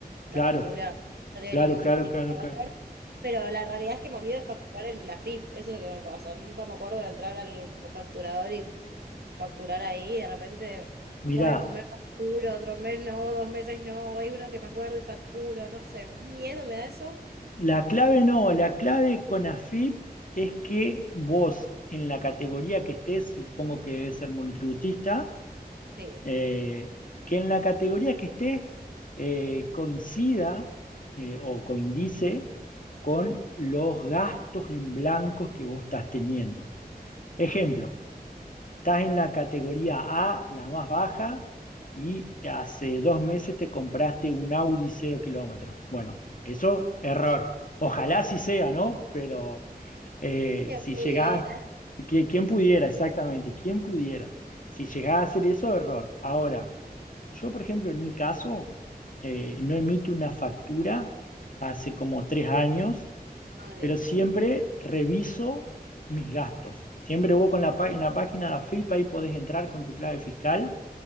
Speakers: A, on the right (about 80°); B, on the left (about 55°).
A: la
B: Claro,
A: factura no tiene
B: claro,
A: ningún
B: claro,
A: tipo
B: claro, claro.
A: de valor. Pero la realidad es que me olvido de facturar en la FIP, eso es lo que me pasa. Nunca me acuerdo de entrar al facturador y facturar ahí. Y de repente,
B: Mirá,
A: bueno, un mes facturo, otro mes no, dos meses no. Hay uno que me acuerdo y facturo, no sé. ¿Un miedo me da eso?
B: la clave no, la clave con AFIP es que vos en la categoría que estés, supongo que debes ser monotributista,
A: Sí.
B: eh, que en la categoría que estés eh, coincida eh, o coincide con los gastos en blancos que vos estás teniendo. Ejemplo, estás en la categoría A, la más baja, y hace dos meses te compraste un Audi cero kilómetros. Bueno, eso, error. Ojalá sí sea, ¿no? Pero eh,
A: Que
B: si
A: pudiera.
B: llegás, que- ¿quién pudiera exactamente? ¿Quién pudiera? Si llegás a hacer eso, error. Ahora, yo, por ejemplo, en mi caso, eh, no emito una factura hace como tres años
A: Ah, listo.
B: pero siempre reviso mis gastos. Siempre vos con la, en la página de AFIP ahí podés entrar con tu clave fiscal,